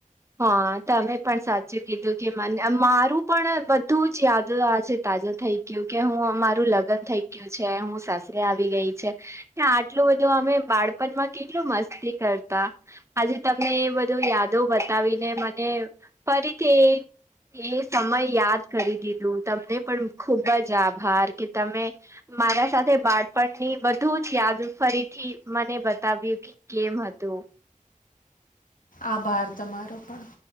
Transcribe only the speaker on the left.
આભાર તમારો પણ.